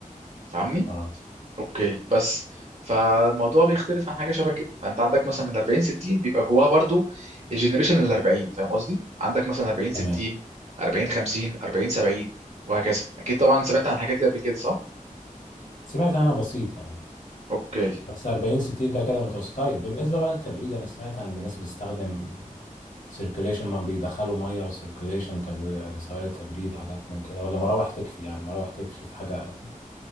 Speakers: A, on the right; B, on the left.
A: فاهمني
B: اه
A: اوكي بس فالموضوع بيختلف عن حاجه شبه كده فانت عندك مثلا من 40 60 بيبقى جواها برضو الجنريشن ال 40 فاهم قصدي عندك مثلا 40 60
B: تمام
A: 40 50 40 70 وهكذا اكيد طبعا سمعت عن الحاجات دي قبل كده صح
B: سمعت عنها بسيط يعني
A: اوكي
B: بس 40 60 ده كده متوسط طيب بالنسبه بقى للتبريد انا سمعت عن الناس بتستخدم سيركوليشن ما بيدخلوا ميه وسيركوليشن سوائل تبريد حاجات من كده ولا مراوح تكفي يعني مراوح تكفي في حاجه